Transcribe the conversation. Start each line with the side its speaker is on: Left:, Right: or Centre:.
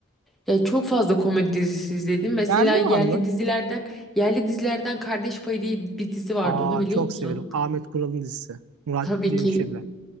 Centre: Ya çok fazla komedi dizisi izledim. Mesela
Right: Yerli
Centre: yerli
Right: var mı?
Centre: dizilerden, yerli dizilerden Kardeş Payı diye bir dizi vardı.
Right: Aa
Centre: Onu biliyor
Right: çok
Centre: musun?
Right: severim. Ahmet Kural'ın dizisi. Murat
Centre: Tabii
Right: Cemşir'le.
Centre: ki